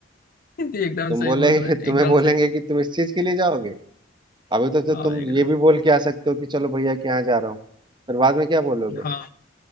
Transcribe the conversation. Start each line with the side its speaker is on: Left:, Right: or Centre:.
Left: बोलेंगे, एकदम
Right: तुम
Left: सही
Right: बोलेंगे
Left: बोल रहे हैं
Right: तुम्हें
Left: एकदम
Right: बोलेंगे
Left: सही
Right: कि तुम इस चीज के लिए जाओगे अभी तो, तो
Left: हाँ
Right: तुम
Left: एकदम
Right: ये भी बोल के आ सकते हो कि चलो भैया के यहाँ जा रहा हूँ फिर बाद में क्या बोलोगे
Left: हाँ